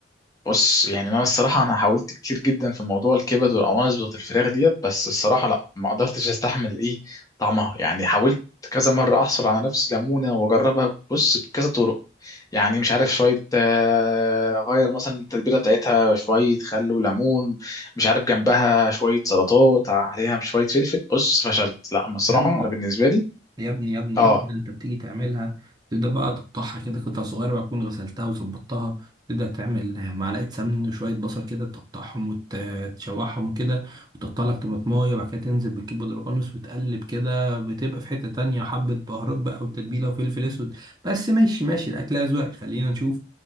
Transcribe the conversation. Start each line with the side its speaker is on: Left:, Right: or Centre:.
Left: بص يعني انا الصراحه انا حاولت كتير جدا في موضوع الكبد والقوانص بتاعت الفراخ ديت بس الصراحه لا ما قدرتش استحمل ايه طعمها يعني حاولت كذا مره احصل على نفس ليمونه واجربها بص بكذا طرق يعني مش عارف شويه آه، اغير مثلا التتبيله بتاعتها شويه خل وليمون مش عارف جنبها شويه سلطات عليها شويه فلفل بص فشلت لا بصراحه
Right: يا ابني
Left: انا بالنسبه لي
Right: يا ابني يا ابني
Left: اه
Right: يا ابني ده انت بتيجي تعملها تبدأ بقى تقطعها كده قطع صغيرة بقى تكون غسلتها وظبطتها تبدأ تعمل معلقة سمن وشوية بصل كده تقطعهم وتشوحهم كده وتقطع لك طماطماية وبعد كده تنزل بالكبد القانص وتقلب كده بتبقى في حتة تانية حبة بهارات بقى وتتبيلة وفلفل أسود بس ماشي ماشي الأكل أذواق خلينا نشوف